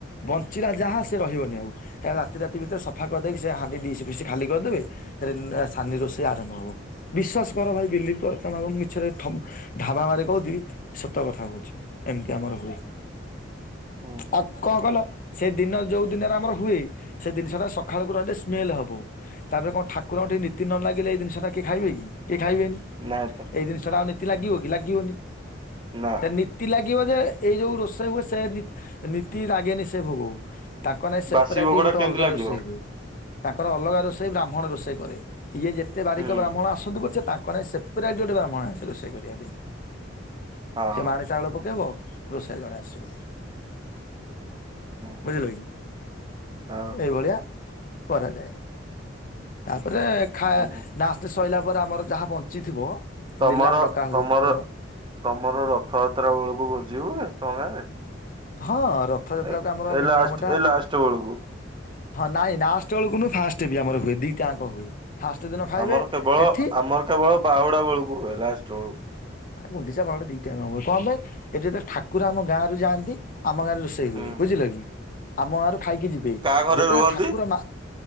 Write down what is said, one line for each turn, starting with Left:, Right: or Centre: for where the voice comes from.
Left: ବଞ୍ଚିଲା ଯାହା ସେ ରହିବନି ଆଉ ତା ରାତି ରାତି ଭିତରେ ସଫା କରିଦେଇକି ସେ ହାଣ୍ଡି ଦିସ ପିସ୍ ଖାଲି କରିଦେବେ ଏରେନ୍ ସାନି ରୋଷେଇ ଆରମ୍ଭ ହବ ବିଶ୍ୱାସ କର ଭାଇ ବିଲିବ କର। ତମେ କମ ମିଛରେ ଠମ ଢାବା ମାରି କହୁଦିବି ସତ କଥା କହୁଚି। ଏମିତି ଆମର ହୁଏ।
Right: ଓହୋ
Left: ଆଉ କଁ କଲ ସେ ଦିନ ଯୋଉ ଦିନରେ ଆମର ହୁଏ ସେ ଜିନିଷ ଟା ସଖାଳକୁ ର ଟେ ସ୍ମେଲ ହବ ତାପରେ କଣ ଠାକୁରଙ୍କ ଟିକେ ନୀତି ନ ଲାଗିଲ ଏଇ ଜିନିଷ ଟା କିଏ ଖାଇବେ କି? କିଏ ଖାଇବେନି।
Right: ନାହା ତ।
Left: ଏଇ ଜିନିଟା ଆଉ ନିତି ଲାଗିବ କି ଲାଗିବନି।
Right: ନା
Left: ଏ ନୀତି ଲାଗିବ ଯେ ଏଇ ଯୋଉ ରୋଷେଇ ହୁଏ ସେ ନି ନିତ୍ ତି ରାଗେନି ସେ ଭୋଗଉ ତାଙ୍କ ନାଇଁ ସେପେରାଟି
Right: ବାସି ଭୋଗଟା
Left: ଗୋଟେ
Right: କେମିତି
Left: ଅଲଗା
Right: ଲାଗିବ?
Left: ରୋଷେଇ ହୁଏ। ତାଙ୍କର ଅଲଗା ରୋଷେଇ ବ୍ରାହ୍ମଣ ରୋଷେଇ କରେ ଇଏ ଯେତେ ବାରିକ
Right: ହୁଁ
Left: ବ୍ରାହ୍ମଣ ଆସନ୍ତୁ ପଛେ ତାଙ୍କ ନାଇଁ ସେ ପରାଇଟ ଗୋଟେ ବ୍ରାହ୍ମଣ ଆସେ ରୋଷେଇ କରିବା ପାଇଁ
Right: ହଁ
Left: ସେ ମାଣେ ଚାଉଳ ପକେଇବ ରୋଷେଇ ଜଣେ ଆସିବ।
Right: ଉଁ ହୁଁ
Left: ବୁଝିଲ କି?
Right: ହଁ
Left: ଏଇଭଳିଆ କରାଯାଏ। ତାପରେ ଖା
Right: ଉଁ ହୁଁ
Left: ଲାଷ୍ଟ୍ ସଇଲା ପରେ ଆମର ଯାହା ବଞ୍ଚିଥିବ
Right: ତମର
Left: ନିଲାମ ଡକା ହୁଏ
Right: ତମର
Left: ଧର
Right: ତମର ରଥଯାତ୍ରା ବେଳକୁ ଭୁଜୀ ହୁଏ ତମ ଗାଁରେ?
Left: ହଁ ରଥଯାତ୍ରାକୁ
Right: ଏ
Left: ଆମର
Right: ଏ
Left: ମିନିମମ
Right: ଲାଷ୍ଟ
Left: ଟା
Right: ଏ ଲାଷ୍ଟ ବେଳକୁ।
Left: ହଁ ନାଇଁ ନାଁଷ୍ଟ ବେଳକୁ ନୁହ ଫାଷ୍ଟ ଆମର ହୁଏ ଦିଟାଙ୍କ ହୁଏ। ଫାଷ୍ଟ ଦିନ ଖାଇବେ
Right: ଆମର କେବଳ
Left: ଏଠି
Right: ଆମର କେବଳ ବାହୁଡା ବେଳକୁ ହୁଏ ଲାଷ୍ଟ ବେଳୁ।
Left: ଆ ଗୁଣ୍ଡିଚା ବାହୁଡା଼ ଦିଟାଙ୍କ ହବ କଁ ପାଇଁ ଏ ଯେତେ ଠାକୁର ଆମ ଗାଁରୁ ଯାଆନ୍ତି ଆମ ଗାଁରେ ରୋସ ତେ
Right: ବେଳକୁ।
Left: ହୁଏ ବୁଝିଲ କି? ଆମ ଗାଁରୁ ଖାଇକି ଯିବେ
Right: କାହା ଘରେ
Left: ଯେତେବେଳେ
Right: ରୁହନ୍ତି?
Left: ଠାକୁର ମା